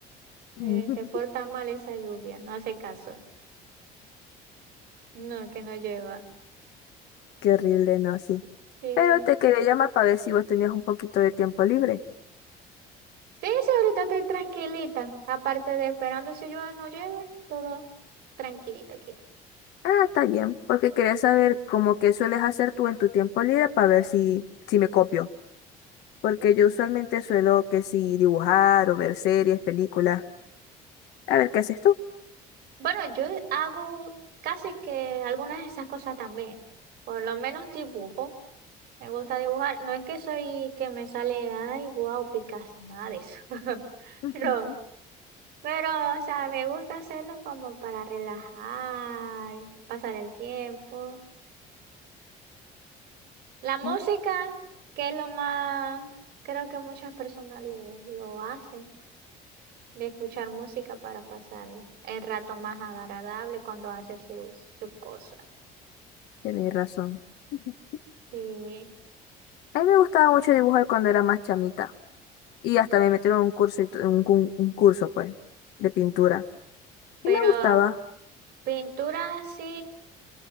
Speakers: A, on the left; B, on the right.
A: Mm,
B: Eh, se porta mal esa lluvia, no hace caso. No, que no llueva.
A: Qué horrible, ¿no? Sí.
B: Sí.
A: Pero te quería llamar para ver si vos tenías un poquito de tiempo libre.
B: Sí, sí, ahorita estoy tranquilita. Aparte de esperando si llueve o no llueve, todo tranquilito aquí.
A: Ah, está bien, porque quería saber cómo que sueles hacer tú en tu tiempo libre para ver si, si me copio. Porque yo usualmente suelo que si dibujar o ver series, películas. A ver, ¿qué haces tú?
B: Bueno, yo hago casi que algunas de esas cosas también. Por lo menos dibujo. Me gusta dibujar. No es que soy que me sale, ay, wow, Picasso, nada de eso. <laughs>
A: Ujú,
B: No. Pero, o sea, me gusta hacerlo como para relajar, pasar el tiempo. La música,
A: ujú,
B: que es lo más, creo que muchas personas lo, lo hacen, de escuchar música para pasar el rato más agradable cuando hace sus, sus cosas.
A: Tenés razón. Ujú.
B: Sí,
A: A mí me gustaba mucho dibujar cuando era más chamita. Y hasta me metieron en un curso, y tu- un, cu- un curso, pues, de pintura.
B: pero
A: Y me gustaba.
B: pintura así